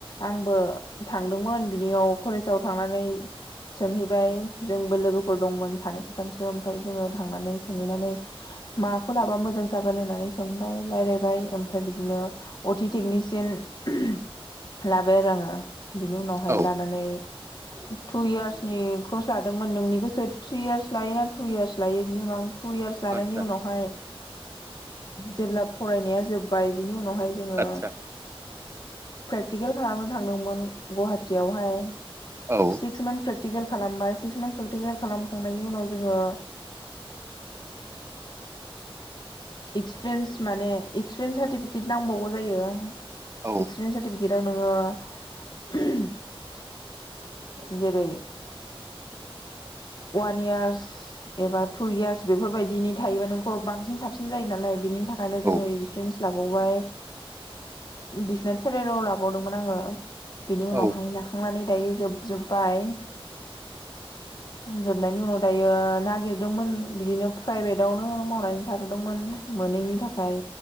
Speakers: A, on the left; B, on the right.
A: आंबो थांदोंमोन बिनियाव कलेजाव थांनानै सोंहैबाय जोंबो लोगोफोर दंमोन सानै साथामसो ओमफाय जोङो थांनानै सोंहैनानै माबाखौ लाबा मोजां जागोन होननानै सोंबाय रायलायबाय ओमफाय बिदिनो अटि टेकनिसियान लाबाय आरो आङो बिनि उनावहाय
B: औ
A: लानानै टु इयार्सनि कर्स लादोंमोन नोंनि गोसो थ्रि इयार्स लायोना टु इयार्स लायो बिनि उनाव आं टु इयार्स लानायनि
B: आतसा
A: उनावहाय जेब्ला फरायनाया जोबबाय बिनि उनाव उनावहाय जोङो
B: आतसा
A: प्रेकटिकेल खालामनो थांदोंमोन। गुवाहाटियावहाय
B: औ
A: सिक्स मान प्रेटि प्रेकटिकेल खालामबाय सिक्स मान्थ प्रेकटिकेल खालामखांनायनि उनाव जोङो। एक्सपिरियेन्स माने इक्सपिरियेन्स सार्टिफिकेट नांबावगौ जायो।
B: औ
A: एक्सपिरियेन्स सार्टिफिकेटाव नोङो <unintelligible> जेरै वान इयार्स एबा टु इयार्स बेफोरबायदिनि थायोबा नोंखौ बांसिन साबसिन जायो नालाय बिनि थाखायनो
B: औ
A: जोङो एक्सपिरियेन्स लाबावबाय बिसनो थेरेर लाबावदोंमोन आङो बेनि
B: औ
A: उनावहाय लाखांनानै दायो जोबजोब्बाय जोबनायनि उनाव दायो नागिरदोंमोन बिदिनो प्राइभेटआवनो मावनानै थाथदोंमोन। मोनैनि थाखाय